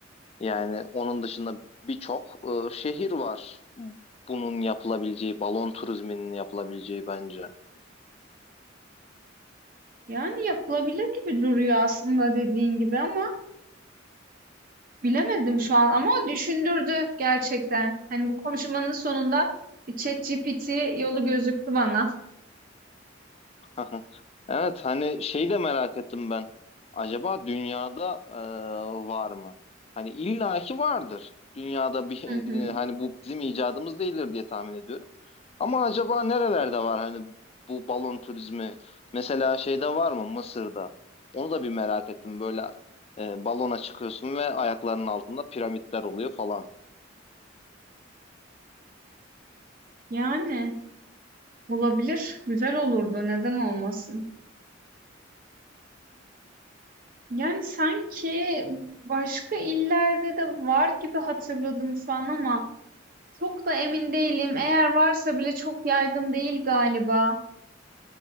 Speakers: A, on the left; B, on the right.
A: yani onun dışında birçok e, şehir var. Bunun yapılabileceği, balon turizminin yapılabileceği bence.
B: Yani yapılabilir gibi duruyor aslında dediğin gibi ama bilemedim şu an ama düşündürdü gerçekten. Hani bu konuşmanın sonunda bir ChatGPT yolu gözüktü bana.
A: Aha. Evet hani şeyi de merak ettim ben. Acaba dünyada e, var mı? Hani illaki vardır. Dünyada bir
B: Hı hı.
A: <laughs> hani bu bizim icadımız değildir diye tahmin ediyorum. Ama acaba nerelerde var hani bu balon turizmi? Mesela şeyde var mı Mısır'da? Onu da bir merak ettim. Böyle e, balona çıkıyorsun ve ayaklarının altında piramitler oluyor falan.
B: Yani olabilir, güzel olurdu, neden olmasın? Yani sanki başka illerde de var gibi hatırladım şu an ama çok da emin değilim. Eğer varsa bile çok yaygın değil galiba.